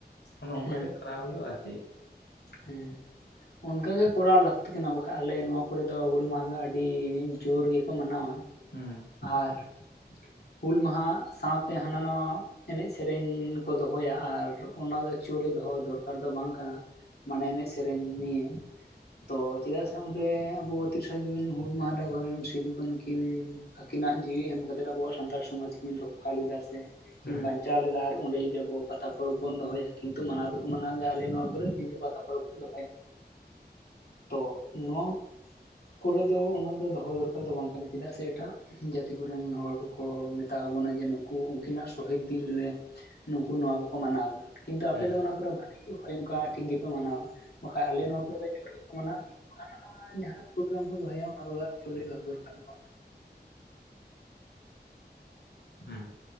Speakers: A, on the left; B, on the left.
A: ᱚᱱᱮ ᱚᱱᱠᱟ
B: ᱦᱮᱸ
A: ᱜᱮ ᱠᱚᱨᱟᱣ ᱦᱩᱭᱩᱜᱼᱟ ᱟᱨᱠᱤ
B: ᱦᱮᱸ᱾ ᱚᱱᱠᱟ ᱜᱮ ᱠᱚᱨᱟᱣ ᱞᱟᱹᱠᱛᱤ ᱠᱟᱱᱟ ᱵᱟᱠᱷᱟᱱ ᱟᱞᱮ ᱱᱚᱣᱟ ᱠᱚ ᱨᱮ ᱫᱚ ᱦᱩᱞ ᱢᱟᱦᱟ ᱫᱚ ᱟᱹᱰᱤ ᱡᱳᱨ ᱜᱮ ᱠᱚ ᱢᱟᱱᱟᱣᱟ᱾
A: ᱦᱮᱸ᱾
B: ᱟᱨ ᱦᱩᱞ ᱢᱟᱦᱟ ᱥᱟᱶᱛᱮ ᱦᱟᱱᱟ ᱱᱟᱣᱟ ᱮᱱᱮᱡ ᱥᱮᱨᱮᱧ ᱠᱚ ᱫᱚᱦᱚᱭᱟ ᱟᱨ ᱚᱱᱟ ᱫᱚ ᱮᱠᱪᱩᱭᱮᱞᱤ ᱫᱚᱦᱚ ᱫᱚᱨᱠᱟᱨ ᱫᱚ ᱵᱟᱝ ᱠᱟᱱᱟ᱾ ᱢᱟᱱᱮ ᱮᱱᱮᱡ ᱥᱮᱨᱮᱧ ᱱᱤᱭᱟᱹ ᱛᱚ ᱪᱮᱫᱟᱜ ᱥᱮ ᱚᱸᱰᱮ ᱟᱵᱚ ᱛᱤᱨᱤᱥᱮ ᱡᱩᱱ ᱦᱩᱞ ᱢᱟᱦᱟ ᱨᱮ ᱟᱵᱚ ᱨᱮᱱ ᱥᱤᱫᱩ ᱠᱟᱹᱱᱩ ᱠᱤᱱ ᱟᱹᱠᱤᱱᱟᱜ ᱡᱤᱣᱤ ᱮᱢ ᱠᱟᱛᱮ ᱟᱵᱚᱣᱟᱜ ᱥᱟᱱᱛᱟᱲ ᱥᱚᱢᱟᱡᱽ ᱠᱤᱱ ᱨᱚᱠᱠᱷᱟ ᱞᱮᱫᱟ ᱥᱮ ᱠᱤᱱ
A: ᱦᱩᱸ
B: ᱵᱟᱧᱪᱟᱣ ᱞᱮᱫᱟ ᱟᱨ ᱚᱸᱰᱮ ᱡᱩᱫᱤ ᱟᱵᱚ ᱯᱟᱛᱟ ᱯᱚᱨᱚᱵᱽ ᱵᱚᱱ ᱫᱚᱦᱚᱭᱟ ᱠᱤᱱᱛᱩ ᱢᱟᱱᱟᱣ ᱫᱚ ᱠᱚ ᱢᱟᱱᱟᱣ ᱜᱮᱭᱟ ᱟᱞᱮ ᱱᱚᱣᱟ ᱠᱚ ᱨᱮ ᱠᱤᱱᱛᱩ ᱯᱟᱛᱟ ᱯᱚᱨᱚᱵᱽ ᱠᱚ ᱫᱚᱦᱚᱭᱟ᱾ ᱛᱚ ᱱᱚᱣᱟ ᱠᱚᱨᱮ ᱫᱚ ᱚᱱᱟ ᱫᱚ ᱫᱚᱦᱚ ᱫᱚᱨᱠᱟᱨ ᱫᱚ ᱵᱟᱝ ᱠᱟᱱᱟ ᱪᱮᱫᱟᱜ ᱥᱮ ᱮᱴᱟᱜ ᱡᱟᱹᱛᱤ ᱠᱚᱨᱮᱱ ᱦᱚᱲ ᱠᱚᱠᱚ ᱢᱮᱛᱟ ᱵᱚᱱᱟ ᱡᱮ ᱱᱩᱠᱩ ᱩᱱᱠᱤᱱᱟᱜ ᱥᱩᱦᱤᱫ ᱫᱤᱱ ᱨᱮ ᱱᱩᱠᱩ ᱱᱚᱣᱟ ᱠᱚᱠᱚ ᱢᱟᱱᱟᱣ ᱮᱫᱟ, ᱠᱤᱱᱛᱩ ᱟᱯᱮ
A: ᱦᱩᱸ
B: ᱫᱚ ᱚᱱᱟ ᱠᱚᱨᱮ ᱵᱷᱟᱜᱮ ᱜᱮ ᱦᱩᱭ ᱚᱱᱠᱟ ᱴᱷᱤᱠ ᱜᱮᱯᱮ ᱢᱟᱱᱟᱣᱟ᱾ ᱵᱟᱠᱷᱟᱡ ᱟᱞᱮ ᱱᱚᱣᱟ ᱠᱚᱨᱮ ᱫᱚ ᱡᱳᱨ ᱜᱮᱠᱚ ᱢᱟᱱᱟᱣᱟ <unintelligible> ᱡᱟᱦᱟᱸ ᱯᱨᱳᱜᱨᱟᱢ ᱠᱚ ᱫᱚᱦᱚᱭᱟ ᱚᱱᱟ ᱠᱚᱫᱚ ᱮᱠᱪᱩᱭᱮᱞᱤ ᱫᱚᱦᱚ ᱫᱚᱨᱠᱟᱨ ᱵᱟᱝ ᱠᱟᱱᱟ᱾
A: ᱦᱮᱸ᱾